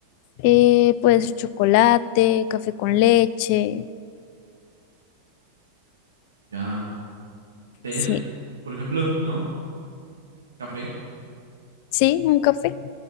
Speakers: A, on the left; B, on the right.
A: Eh, puede ser chocolate, café con leche.
B: Ya, té,
A: Sí,
B: por ejemplo, ¿no? Café.
A: sí, un café.